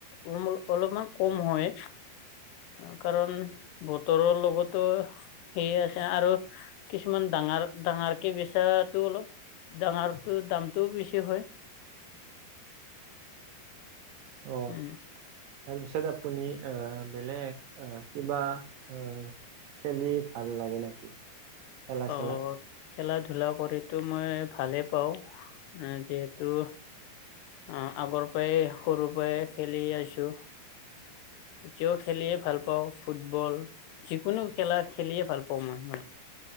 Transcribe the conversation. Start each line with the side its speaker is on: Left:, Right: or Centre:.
Left: অল অলপমান কম হয় কাৰণ বতৰৰ লগতো সেই আছে আৰু কিছুমান ডাঙৰ, ডাঙৰকে বিচাৰাটো অলপ ডাঙৰটো দামটোও বেছি হয়।
Right: অ',
Left: উম।
Right: তাৰ পিছৰত- তুমি অ' ললে অ' কিবা, অ' খেলি ভাল লাগে নেকি? খেলা
Left: অ',
Right: চেলা
Left: খেলা-ধূলা কৰিতো মই ভালেই পাওঁ। যিহেতু- অ' আগৰ পাৱেই সৰু পাই খেলি আইছো। এতিয়াও খেলিয়ে ভাল পাওঁ, ফুটবল যিকোনো খেলা খেলিয়ে ভাল পাওঁ মই মানে।